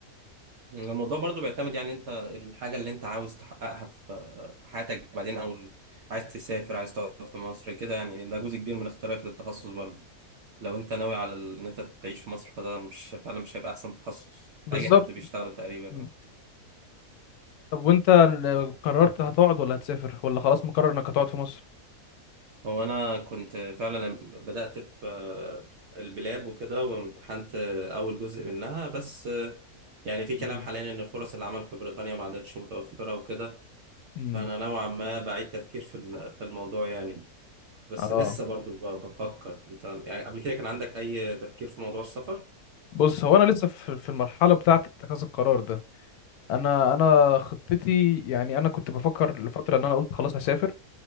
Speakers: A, on the right; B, on the left.
A: الموضوع برضو بيعتمد يعني انت الحاجة اللي انت عاوز تحققها في في حياتك بعدين او ال- عايز تسافر عايز تقعد في مصر كده يعني ده جزء كبير من اختيارك للتخصص برضو لو انت ناوي على ال- ان انت تعيش في مصر فده مش فعلا مش هيبقى احسن تخصص
B: بالظبط
A: اي حد بيشتغله تقريبا
B: م.
A: اه
B: طب وانت قررت هتقعد ولا هتسافر ولا خلاص مقرر انك هتقعد في مصر
A: هو انا كنت فعلا لما بدأت في آه، البلاب وكده وامتحنت آه، اول جزء منها بس آه، يعني في
B: مم.
A: كلام حاليا ان فرص العمل في بريطانيا ما عادتش متوفرة وكده
B: امم
A: فانا نوعا ما بعيد تفكير في ال- في الموضوع يعني بس
B: اه
A: لسه برضو ب- بفكر انت يعني قبل كده كان عندك اي تفكير في موضوع السفر
B: بص هو انا لسه في في المرحله بتاعه اتخاذ القرار ده انا انا خطتي يعني انا كنت بفكر لفتره ان انا قلت خلاص هسافر